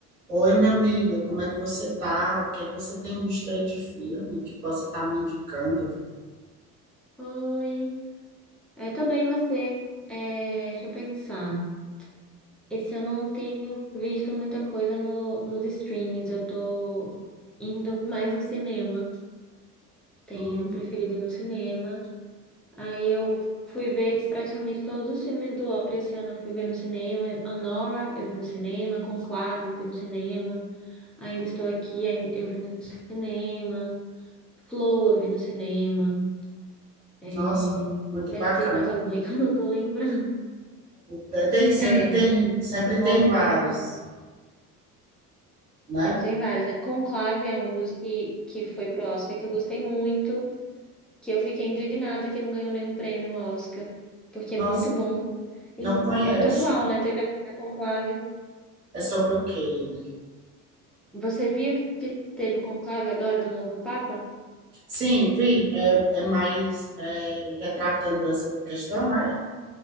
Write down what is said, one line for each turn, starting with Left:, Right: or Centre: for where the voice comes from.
Right: Oi, minha amiga, como é que você tá? O que é que você tem visto aí de filme que possa estar me indicando?
Centre: Oi, é, tô bem, você? É, deixa eu pensar. Esse ano eu não tenho visto muita coisa no, nos streams, eu tô indo mais no cinema. Tenho
Right: Hum,
Centre: preferido ir no cinema. Aí eu fui ver praticamente todos os filmes do Oscar esse ano, eu fui ver no cinema. Anora, eu vi no cinema. Conclave, eu vi no cinema. Ainda Estou Aqui, ai- eu vi no cinema. Flow, eu vi no cinema. É,
Right: nossa, muito
Centre: deve
Right: bacana.
Centre: ter mais algum aí <laughs> que eu não tô lembrando.
Right: É, é, Tem, sempre
Centre: É.
Right: tem, sempre
Centre: Bom,
Right: tem vários,
Centre: né? Isso Sempre
Right: né?
Centre: sempre tem vários, né? Conclave é um dos que, que foi pro Oscar que eu gostei muito, que eu fiquei indignada que não ganhou nenhum prêmio no Oscar, porque
Right: Nossa,
Centre: é muito bom
Right: não
Centre: e muito
Right: conheço.
Centre: atual, né? Teve agora Conclave.
Right: É sobre o que ele?
Centre: Você viu que teve o Conclave agora do novo Papa?
Right: Sim, vi. É, é mais é, retratando essa questão, é?